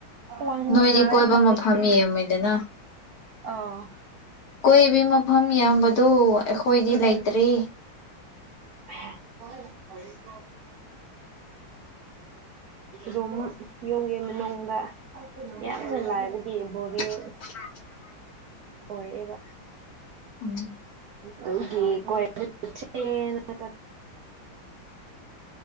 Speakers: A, on the right; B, on the left.
A: ꯈ꯭ꯋꯥꯡ
B: ꯅꯣꯏꯗꯤ
A: ꯅꯥꯔꯦ
B: ꯀꯣꯏꯕ
A: ꯍꯧꯖꯤꯛꯇꯤ
B: ꯃꯐꯝ ꯌꯥꯝꯃꯤꯗꯅ
A: ꯑꯧ
B: ꯀꯣꯏꯕꯤ ꯃꯐꯝ ꯌꯥꯝꯕꯗꯨ ꯑꯩꯈꯣꯏꯗꯤ
A: ꯎꯝ
B: ꯂꯩꯇ꯭ꯔꯦ
A: <inaudible>
B: <inaudible>
A: ꯑꯗꯨꯝ ꯌꯨꯝꯒꯤ ꯃꯅꯨꯡꯗ ꯌꯥꯝꯅ ꯂꯥꯏꯕꯒꯤ ꯕꯣꯔꯤꯡ
B: <inaudible>
A: ꯑꯣꯏꯌꯦꯕ
B: ꯎꯝ
A: ꯗꯨꯒꯤ ꯀꯣꯏꯕ ꯆꯠꯁꯦꯅ ꯆꯠ